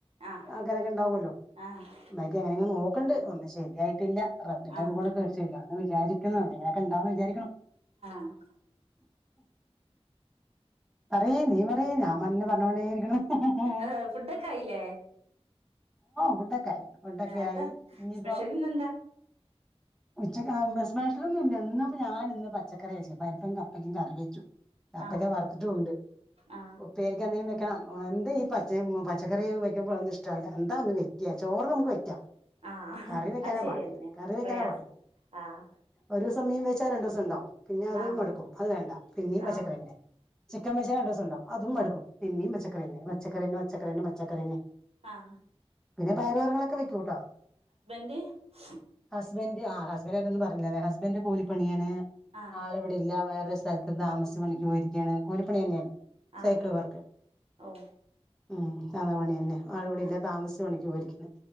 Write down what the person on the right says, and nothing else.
ആഹ്
ആഹ്
ആഹ്
ഉ <inaudible>
ഏഹ് ഫുഡൊക്കെ ആയില്ലേ
എന്താ
സ്പെഷ്യൽ ഇന്നെന്താ
ആഹ്
ആഹ്
ആഹ്
അത് ശരിയന്നെ
പ്രയാസം
ആഹ്
ആഹ്
ആഹ്
ആഹ്
അത് <unintelligible>
ആഹ്
ആഹ്
ഓ
ആഹ്